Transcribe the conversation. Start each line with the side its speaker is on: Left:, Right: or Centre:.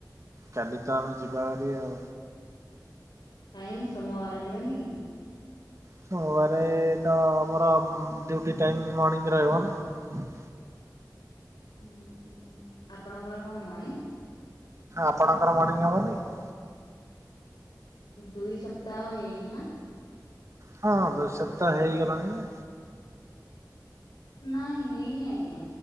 Right: କାଲି ତ ଆମେ ଯିବା ହେରି ଆଉ।
Left: କାଇହିଁ ସୋମବାର ଯିବନି କି?
Right: ସୋମବାରେ ତ ଆମର ଡିଉଟି ଟାଇମ ମର୍ଣିଂ ରହିବ ନା। <inaudible>
Left: ହୁଁ ଆପଣଙ୍କର କଣ ମଣିଙ୍ଗ?
Right: ଆପଣଙ୍କର ମର୍ଣ୍ଣିଂ ହବନେଇ କି?
Left: ଦୁଇ ସପ୍ତାହ ହେଇନି। ନା?
Right: ହଁ ଦୁଇ ସପ୍ତାହ ହେଇଗଲାଣି ନା।
Left: ନାଇଁ ହେଇନି ଆଜ୍ଞା